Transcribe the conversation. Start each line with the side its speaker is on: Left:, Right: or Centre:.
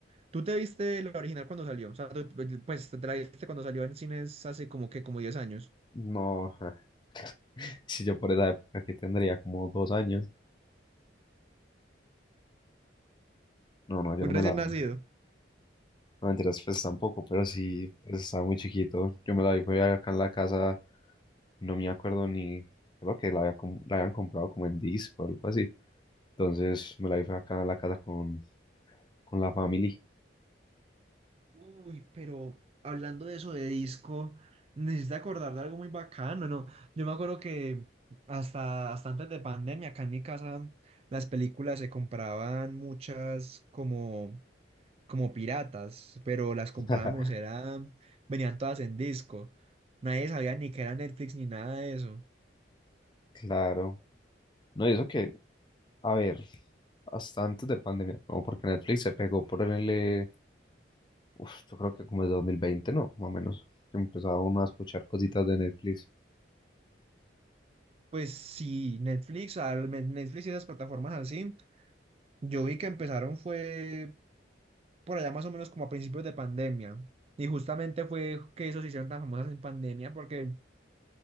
Right: ¿Tú te viste la original cuando salió? O sea, tú- tú- pues te la viste cuando salió en cines hace como que como diez años.
Left: No, <laughs> si yo por esa época que tendría como dos años, no, no, yo
Right: Un
Left: no
Right: recién
Left: me la vi.
Right: nacido.
Left: No mentiras, pues tampoco, pero sí, pues estaba muy chiquito. Yo me la vi, fue acá en la casa, no me acuerdo ni, creo que la, había com- la habían comprado como en disco o algo así. Entonces me la vi, fue acá en la casa con, con la familia.
Right: Uy, pero hablando de eso de disco, necesito acordar de algo muy bacano, ¿no? Yo me acuerdo que hasta, hasta antes de pandemia, acá en mi casa, las películas se compraban muchas como, como piratas, pero las comprábamos,
Left: <laughs>
Right: era, venían todas en disco. Nadie sabía ni que era Netflix ni nada de eso.
Left: Claro. No, y eso que, a ver, hasta antes de pandemia, no, porque Netflix se pegó por el, eh, uf, yo creo que como el dos mil veinte ¿no? Más o menos, que empezaba uno a escuchar cositas de Netflix.
Right: Pues sí, Netflix, ah, al men- Netflix y esas plataformas así, yo vi que empezaron fue por allá más o menos como a principios de pandemia. Y justamente fue que esos se hicieron tan famosas en pandemia porque